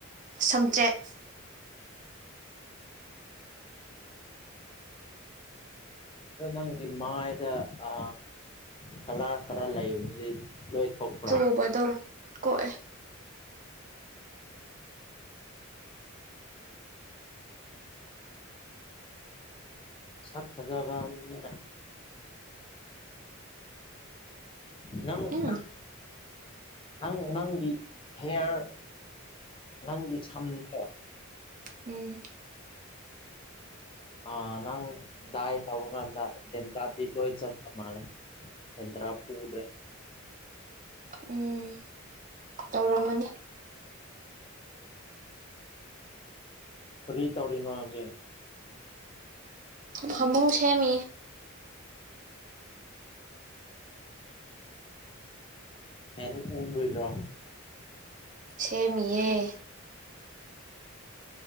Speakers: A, on the right; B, on the left.
A: ꯁꯝꯆꯦꯠ
B: ꯑꯗꯣ ꯅꯪꯒꯤ ꯃꯥꯏꯗ ꯑ ꯀꯂꯔ ꯈꯔ ꯂꯩꯕꯗꯨꯗꯤ ꯂꯣꯏ ꯊꯣꯛ
A: ꯆꯨꯕꯗꯣ ꯀꯣꯛꯑꯦ
B: ꯁꯛ ꯐꯖꯕ ꯅꯤꯅ ꯅꯪꯃꯨꯛ
A: ꯎꯝ
B: <unintelligible> ꯅꯪ ꯅꯪꯒꯤ ꯍꯦꯌꯔ ꯅꯪꯒꯤ ꯁꯝꯗꯣ
A: ꯎꯝ
B: ꯑ ꯅꯪ ꯗꯥꯏ ꯇꯧꯕ ꯀꯥꯟꯗ ꯗꯦꯟꯗ꯭ꯔꯥꯞꯇꯤ ꯂꯣꯏ ꯆꯠꯈ꯭ꯔ ꯃꯥꯜꯂꯦ ꯗꯧꯟ꯭ꯔ ꯄꯨꯗ꯭ꯔꯦ
A: ꯎꯝ ꯇꯧꯔꯝꯃꯅꯤ
B: ꯐꯔꯤ ꯇꯧꯔꯤꯅꯣ ꯍꯧꯖꯤ
A: ꯐꯃꯨꯡ ꯁꯦꯝꯃꯤ
B: ꯍ ꯎꯝꯔꯂꯥ
A: ꯁꯦꯝꯦꯃꯤꯌꯦ